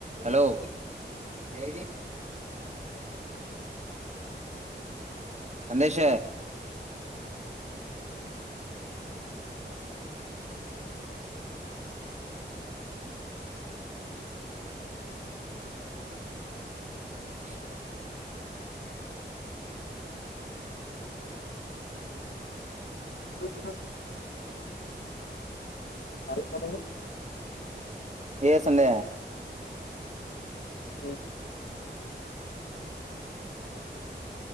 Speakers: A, on the right (about 40°); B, on the left (about 85°).
A: ಹಲೋ ಯ ಅಂದೇಶ ಹ
B: ಅತ್ತ ಪ್ರಾಬ್ಲಮ್
A: ಏ ಸಂಧ್ಯಾ
B: ಹ್ಮ